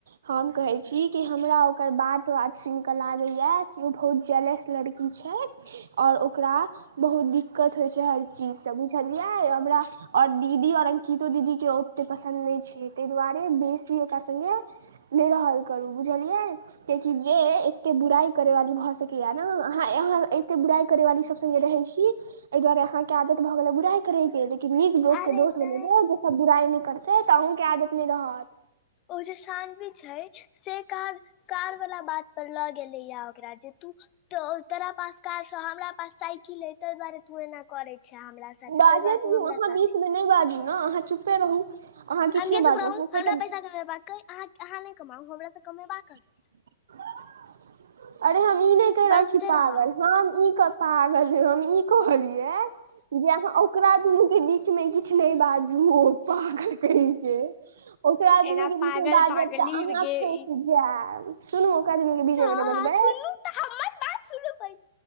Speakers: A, on the right; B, on the left.
A: हम कहे छी कि हमरा ओकर बात बात सुन कऽ लागे या कि ओ बहुत जलस लड़की छै और ओकरा बहुत दिक्कत होइ छै हर चीज सऽ बुझलियै हमरा आओर दीदी आओर अंकितो दीदी के ओते पसन्द नहि छै ताहि दुआरे बेसी ओकरा स्गे नहि रहल करू बुझलियै कियकि जे एते बुराई करे वाली भऽ सकैया नऽ अहाँ अहाँ एते बुराई करे वाली सब सगे रहै छी एहि दुआरे अहाँके के आदत भऽ गेलै बुराई करे के लेकिन नीक लोकोग
B: अरे
A: के दोष
B: नहि
A: बने सब बुराइ नहि करतै तऽ अहूँके आदत नहि रहत
B: ओ जे शानवी छै से कार कार वालला बात पर लऽ गेलैया ओकरा जे तू तो तोरा पास कार छो हमरा पास साइकिल ह ताहि दुआरे तू एना करे छे हमरा तैय ते
A: बाजैत
B: दुआरे तू हमरा
A: अहाँ
B: साथै
A: बीचमे नहि बाजू नऽ अहाँ चुपे रहू अहाँ किछु
B: हम के
A: नहि
B: चुप
A: बाजू
B: रहु
A: अहाँके
B: हमरा
A: तऽ
B: पैसा कमेबाकाे अहाँ नहि कमाउ हमरा तऽ कमेबा करत
A: <inaudible> अरे हम ई नहि कहि रहल
B: बजते
A: छी पागल
B: रहब
A: हम ई पागल ह हम ई कहलियै जे अहाँ आउक ओकरा दुनू कऽ बीच में किछु नहि बाजू ओ पागल कहि के ओकरा दुनु
B: एना
A: के
B: पागल
A: बीच मे बाजब
B: पागली
A: तऽ अहाँ फँसि
B: गे ई
A: जायब सुनू ओकरा दुनु के बीच
B: हँ
A: मे बज बजबै
B: सुनू तऽ हमर बात सुनु पय